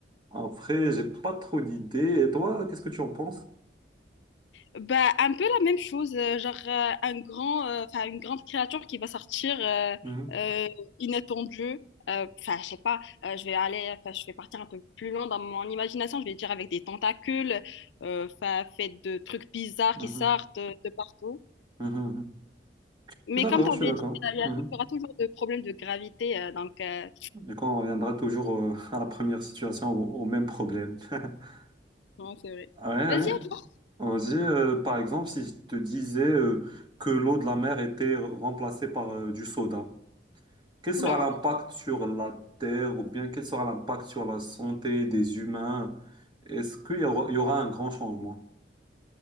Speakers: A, on the right; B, on the left.
A: Après, j'ai pas trop d'idées. Et toi, qu'est-ce que tu en penses?
B: Bah, un peu la même chose, euh, genre euh, un grand, euh, enfin une grande créature qui va sortir euh,
A: Mhm,
B: euh, inattendue. Euh, Enfin, je sais pas, euh, je vais aller, enfin, je vais partir un peu plus loin dans mon imagination. Je vais dire avec des tentacules, euh, enfin, fait de trucs bizarres
A: mhm,
B: qui sortent euh, de partout.
A: mhm, mhm. Je
B: Mais
A: suis d'accord,
B: comme tu
A: je
B: avais
A: suis d'accord.
B: dit, il y,
A: Mhm.
B: a- il y aura toujours des problèmes de gravité, euh, donc euh,
A: Du coup, on reviendra toujours euh, <laughs> à la première situation, au, au même problème. <laughs>
B: non, c'est vrai.
A: Ouais, ouais.
B: Vas-y, à toi.
A: Vas-y, euh, par exemple, si je te disais euh, que l'eau de la mer était remplacée par euh, du soda, quel sera
B: Oula.
A: l'impact sur la Terre ou bien quel sera l'impact sur la santé des humains? Est-ce qu'il y aura, il y aura un grand changement? <laughs>